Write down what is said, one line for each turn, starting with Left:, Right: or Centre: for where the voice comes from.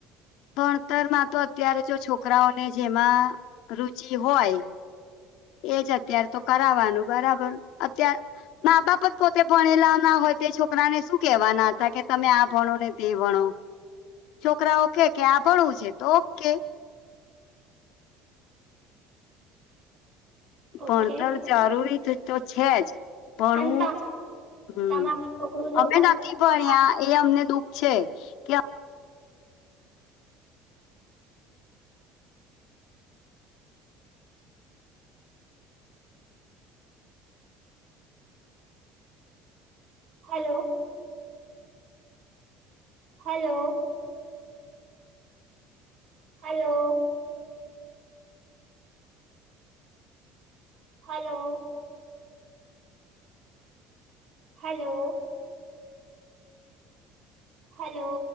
Left: ભણતરમાં તો અત્યારે જો છોકરાઓને જેમાં રુચિ હોય એજ અત્યારે તો કરાવાનું બરાબર અતાર મા બાપ જ પોતે ભણેલા ના હોય તે છોકરાને શું કેહેવાના હતા કે તમે આ ભણો ને તે ભણો છોકરા ઓકે કે આભળું છે તો ઓકે
Right: ઓકે
Left: ભણતર જરૂરી તો છે જ ભણવું
Right: અને તમ
Left: હમ
Right: તમારું છોકરું જો
Left: અમે
Right: ભણતરમાં
Left: નથી ભણ્યા એ અમને દુખ છે ક્યાં
Right: hello hello hello hello hello hello